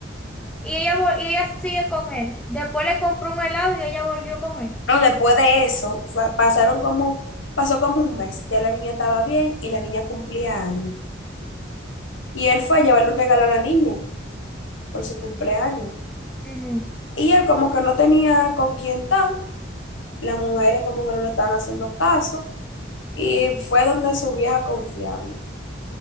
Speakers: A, in the centre; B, on the left (about 80°).
A: Y ella, vol- y ella sigue con él. Después le compró un helado y ella volvió con él.
B: Pero después de eso, fa- pasaron como, pasó como un mes. Ya la niña estaba bien y la niña cumplía años. Y él fue a llevarle un regalo a la niña por su cumpleaños.
A: Ujú.
B: Y él como que no tenía con quién estar, las mujeres como que no le estaban haciendo caso, y fue donde su vieja confiable.